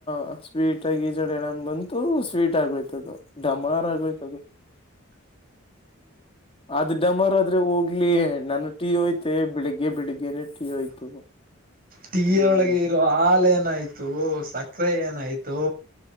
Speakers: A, on the left (about 30°); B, on the right (about 45°).
A: ಹ ಸ್ವೀಟ್ ಆಗಿ ಈಜಡಣ ಬಂತೂ ಸ್ವೀಟ್ ಆಗೋಯ್ತದು ಡಮಾರ್ ಆಗೋಯ್ತದು ಅದು ಡಮರ್ ಆದ್ರೆ ಹೋಗ್ಲಿ ನನ್ನ ಟಿ ಓಯ್ತೆ ಬೆಳಿಗ ಗೆ ಬಿಳಗ್ಗೆನೆ ಟೀ ಹೋಯ್ತು
B: ಟೀಯೊಳಗೆ
A: ಹ್ಮ್
B: ಇರೋ ಹಾಲ ಏನಾಯ್ತು ಸಕ್ಕರೆ ಏನಾಯ್ತು